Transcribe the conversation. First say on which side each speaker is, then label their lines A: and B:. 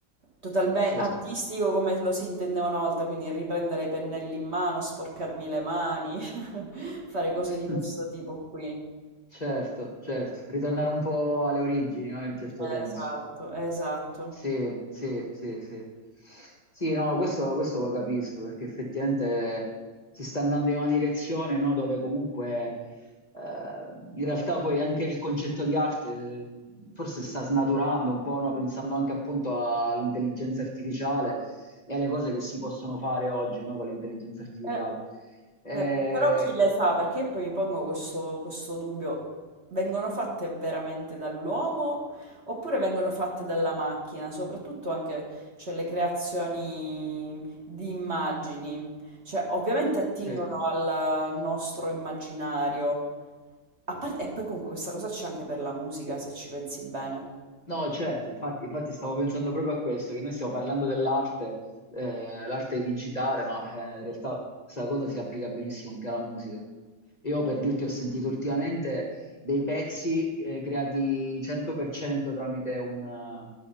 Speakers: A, on the right; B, on the left.
A: totalmente
B: Sì.
A: artistico come lo si intendeva una volta, quindi riprendere i pennelli in mano, sporcarmi le mani, <laughs> fare cose
B: <laughs>
A: di questo tipo qui.
B: Certo, certo, ritornare un po' alle origini, no, in un certo senso.
A: Esatto, esatto.
B: Sì, sì, sì, sì. Sì, no, questo, questo lo capisco perché effettivamente si sta andando in una direzione, no, dove comunque eh, in realtà poi anche il concetto di arte eh, forse sta snaturando un po', no, pensando anche appunto all'intelligenza artificiale e alle cose che si possono fare oggi, no, con l'intelligenza artificiale.
A: Eh,
B: Eh,
A: eh, però chi le fa? Perché io poi mi pongo questo, questo dubbio. Vengono fatte veramente dall'uomo oppure vengono fatte dalla macchina? Soprattutto anche, cioè, le creazioni di immagini. Cioè, ovviamente attingono
B: sì.
A: al nostro immaginario. A parte- e poi comunque questa cosa c'è anche per la musica, se ci pensi bene.
B: No, certo, infatti, infatti stavo pensando proprio a questo, che noi stiamo parlando dell'arte, eh, l'arte digitale, ma eh, in realtà questa cosa si applica benissimo anche alla musica. Io per dirti ho sentito ultimamente dei pezzi eh, creati 100% tramite un,